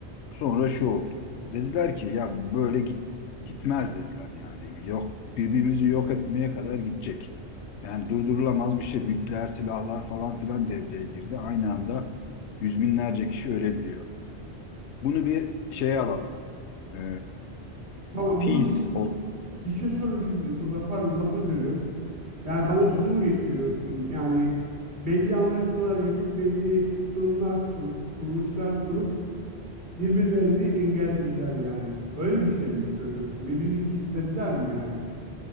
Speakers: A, on the left; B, on the right.
A: Sonra şu oldu. Dediler ki ya böyle git, gitmez dediler yani. Yok birbirimizi yok etmeye kadar gidecek. Yani durdurulamaz bir şey. Nükleer silahlar falan filan devreye girdi. Aynı anda yüz binlerce kişi ölebiliyor. Bunu bir şeye alalım. Ee,
B: Tamam,
A: peace
B: bunu bir,
A: ol.
B: bir şey sorabilir miyim? Burada pardon lafını bölüyorum. Yani bana
A: Evet.
B: şunu mu getiriyorsun? Yani belli anlaşmalar yapıp belli kurumlar kurup kuruluşlar kurup birbirlerini engellediler yani. Öyle bir şey mi söylüyorsun? Birbirini kilitlediler mi yani bu ş-